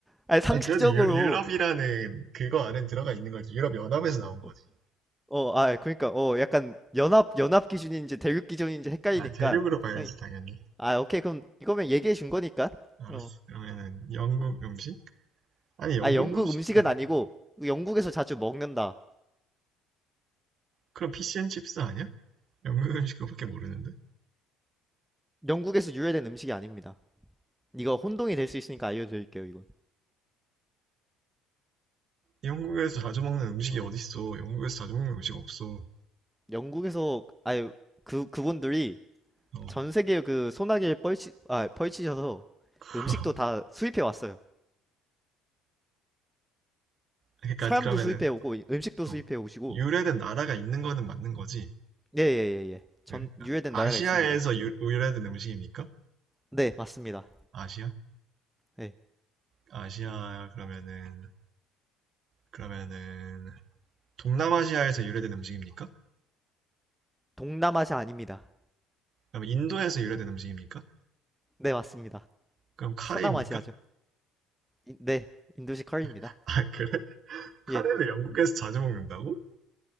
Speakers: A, in the centre; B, on the right.
A: 아 상식적으로
B: 아 그래도 유, 유럽이라는 그거 안에 들어가 있는 거지. 유럽 연합에서 나온 거지.
A: 어 어, 아 그러니까 어 약간 연합 연합 기준인지 대륙 기준인지 헷갈리니까
B: 아, 대륙으로 봐야지,
A: 아이,
B: 당연히.
A: 아 오케이 그럼 이거면 얘기해 준 거니까
B: 알았어.
A: 어
B: 그러면은, 영국 음식? 아니, 영국
A: 아 영국
B: 음식,
A: 음식은
B: 음.
A: 아니고 영국에서 자주 먹는다.
B: 그럼 피시앤칩스 아니야? 영국 음식 그거밖에 모르는데?
A: 영국에서 유래된 음식이 아닙니다. 이거 혼동이 될 수 있으니까 알려드릴게요 이건.
B: 영국에서 자주 먹는 음식이 어딨어? 영국에서 자주 먹는 음식 없어.
A: 영국에서 아예 그 그분들이
B: 어.
A: 전 세계 그 소나기를 뻘치 아 펼치셔서
B: <laughs>
A: 그 음식도 다 수입해 왔어요.
B: 그러니까,
A: 사람도
B: 그러면은,
A: 수입해 오고 이- 음식도
B: 어.
A: 수입해 오시고
B: 유래된 나라가 있는 거는 맞는 거지.
A: 예예예 예. 예, 예. 전
B: 그래? 아,
A: 유래된
B: 아시아에서
A: 나라가 있습니다.
B: 유, 유래된 음식입니까?
A: 네 맞습니다.
B: 아시아?
A: 예
B: 아시아, 그러면은, 그러면은, 동남아시아에서 유래된 음식입니까?
A: 동남아시아 아닙니다.
B: 그럼 인도에서 유래된 음식입니까?
A: 네 맞습니다.
B: 그럼 카레입니까?
A: 서남아시아죠. 인- 네 인도식 커리입니다.
B: <laughs> 아, 그래? 카레를
A: 예
B: 영국에서 자주 먹는다고?